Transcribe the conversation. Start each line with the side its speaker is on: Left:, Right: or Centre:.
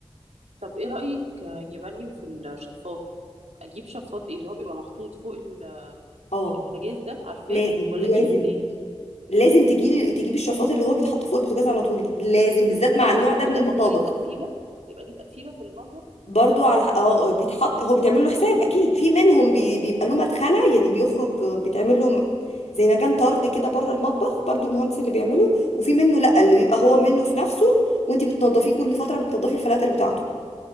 Right: طب ايه رأيك يا مريم في الشفاط اجيب شفاط ايه اللي هو بيبقى محطوط فوق ال-
Left: اه
Right: البوتاجاز ده عارفاه
Left: لازم
Right: ولا
Left: لازم
Right: اجيب التاني
Left: لازم تجيلي تجيبي الشفاط اللي هو بيتحط فوق البوتاجاز على طول ده لازم بالذات مع
Right: و-
Left: النوع
Right: طب
Left: ده
Right: وده
Left: من المطابخ
Right: اللي بيبقى ليه تقفيلة بيبقى ليه تقفيلة في المطبخ
Left: برضو على اه بيتحط هو بيتعمل له حساب اكيد في منهم بي... بيبقى له مدخنه يعني بيخرج آه، بيتعمل له م- زي مكان طرد كده بره المطبخ برضو المهندس اللي بيعمله وفي منه لا اللي بيبقى هو منه في نفسه وانت بتنضفيه كل فتره بتنضفي الفلاتر بتاعته